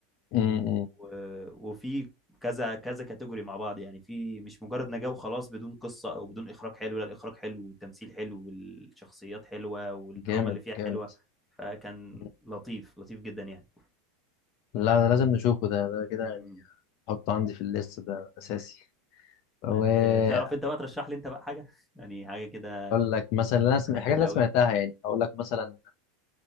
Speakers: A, on the left (about 45°); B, in the centre.
A: امم أمم.
B: و- وفي كذا كذا كاتيجوري مع بعض يعني في مش مجرد نجاة وخلاص بدون قصة او بدون اخراج حلو لا الاخراج حلو والتمثيل حلو والشخصيات حلوة والدراما
A: جامد
B: اللي فيها
A: جامد
B: حلوة فكان
A: أمم.
B: لطيف لطيف جدا يعني
A: لا ده لازم نشوفه ده ده كده يعني
B: مم.
A: احطه عندي في الليست ده اساسي
B: تمام.
A: وهقول
B: ت- تعرف انت بقى ترشح لي انت بقى حاجة <laughs> يعني حاجة كده
A: لك مثلا انا سم...
B: حبيتها
A: الحاجات اللي انا
B: قوي
A: سمعتها يعني هقول لك مثلا